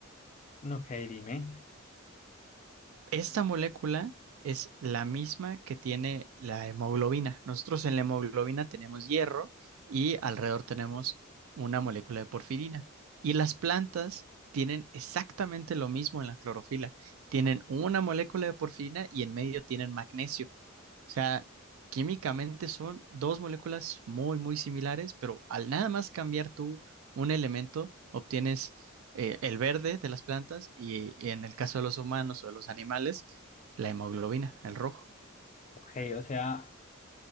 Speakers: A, on the left (about 35°); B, on the right (about 75°).
A: no, ok, dime.
B: Esta molécula es la misma que tiene la hemoglobina. Nosotros en la hemoglobina tenemos hierro y alrededor tenemos una molécula de porfirina. Y las plantas tienen exactamente lo mismo en la clorofila. Tienen una molécula de porfirina y en medio tienen magnesio. O sea, químicamente son dos moléculas muy, muy similares, pero al nada más cambiar tú un elemento, obtienes eh, el verde de las plantas y, y en el caso de los humanos o de los animales, la hemoglobina, el rojo.
A: Ok, o sea,